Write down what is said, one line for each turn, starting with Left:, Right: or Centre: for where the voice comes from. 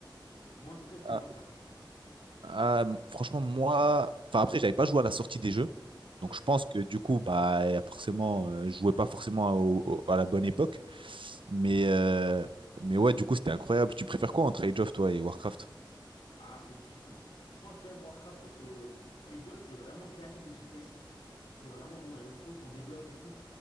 Left: Moi, en tout cas, c'était
Right: Ah,
Left: comme ça.
Right: ah, m- franchement, moi, enfin après, j'avais pas joué à la sortie des jeux,
Left: Ouais.
Right: Donc je pense que du coup, bah, forcément, euh, je jouais pas forcément au- au- à la bonne époque. Mais, euh, mais ouais, du coup, c'était incroyable. Tu préfères quoi entre Age of, toi, et Warcraft?
Left: Ah, c'est difficile. Je pense quand même Warcraft parce que Age of, c'est vraiment classique de chez classique. C'est vraiment bon, là, les troupes, on développe et tout.